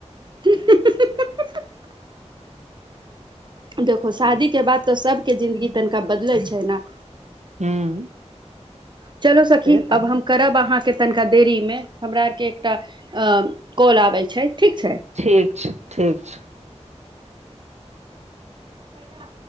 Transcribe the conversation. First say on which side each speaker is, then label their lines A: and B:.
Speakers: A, on the right; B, on the right.
A: <inaudible> देखो शादीके बाद तऽ सभके जिन्दगी तनिका बदलै छै न
B: <inaudible>
A: चलो सखी
B: से तऽ
A: अब हम करब अहाँके तनिका देरी में हमरा आर के एकटा अ कॉल आबे छै ठीक छै
B: ठीक छै ठीक छै
A: कटा